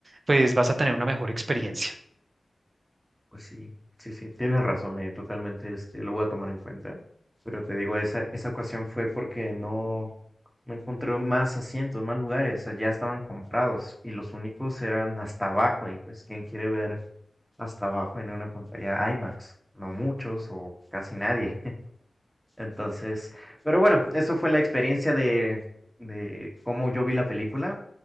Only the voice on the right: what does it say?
pues vas a tener una mejor experiencia.